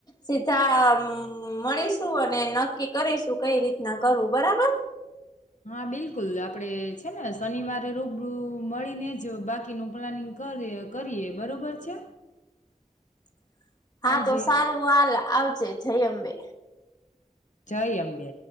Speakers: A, on the left; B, on the left.
A: સીધા મળીશું અને નક્કી કરીશું. તું કઈ રીતના કરું બરાબર.
B: હા બિલકુલ આપડે છે ને શનિવારે રૂબરૂ મળીને જ બાકીનું પ્લાનિંગ. કરીએ બરોબર છે.
A: <inaudible> હા
B: આવજે.
A: તો સારું હાલ આવજે જય અંબે.
B: જય અંબે.